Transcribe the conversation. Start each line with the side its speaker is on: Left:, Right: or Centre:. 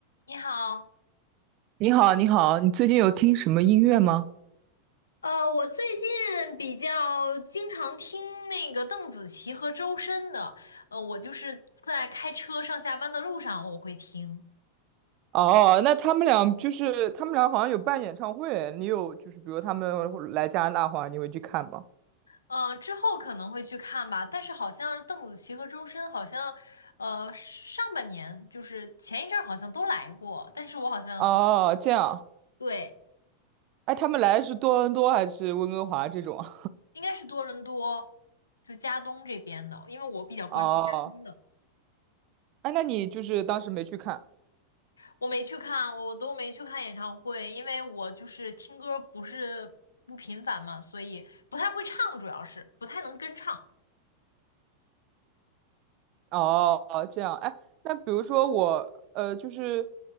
Left: 你好，
Right: 你好，你好，你最近有听什么音乐吗？
Left: 呃，我最近比较经常听那个邓紫棋和周深的，呃，我就是在开车上下班的路上我会听，
Right: 哦，那他们俩就是他们俩好像有办演唱会，你有就是比如他们来加拿大的话，你会去看吗？
Left: 呃，之后可能会去看吧，但是好像邓紫棋和周深好像，呃，上半年就是前一阵儿好像都来过，但是我好像
Right: 哦，这样，
Left: 对，
Right: 哎，他们来是多伦多还是温哥华这种啊
Left: 应该是多伦多，就加东这边的，因为我比较关注加东的。
Right: <laughs> 哦，哎，那你就是当时没去看？
Left: 我没去看，我都没去看演唱会，因为我就是听歌不是不频繁嘛，所以不太会唱，主要是不太能跟唱。
Right: 哦，这样，哎，那比如说我，呃，就是